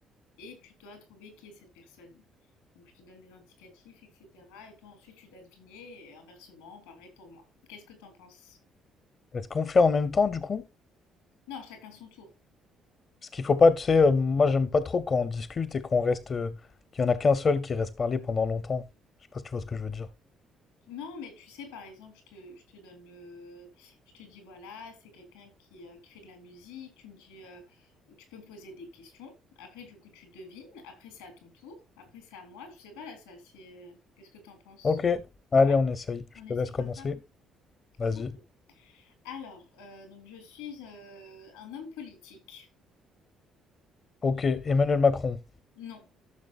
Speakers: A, on the left; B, on the left.
A: et tu dois trouver qui est cette personne. Donc je te donne des indicatifs, etc. Et toi ensuite tu dois deviner et inversement, pareil pour moi. Qu'est-ce que t'en penses?
B: Est-ce qu'on fait en même temps du coup?
A: Non, chacun son tour.
B: Parce qu'il faut pas, tu sais, euh, moi j'aime pas trop quand on discute et qu'on reste, euh, qu'il y en a qu'un seul qui reste parler pendant longtemps. Je sais pas si tu vois ce que je veux dire.
A: Non, mais tu sais, par exemple, je te, je te donne le... Je te dis, voilà, c'est quelqu'un qui, euh, qui fait de la musique. Tu me dis, euh, tu peux me poser des questions. Après, du coup, tu devines. Après, c'est à ton tour. Après, c'est à moi. Je sais pas, là, ça, c'est... Qu'est-ce que t'en penses?
B: Ok, allez,
A: Ouais,
B: on essaye.
A: on
B: Je te
A: essaie
B: laisse
A: comme
B: commencer.
A: ça?
B: Vas-y.
A: Ok. Alors, euh, donc, je suis euh, un homme politique.
B: Ok, Emmanuel Macron.
A: Non.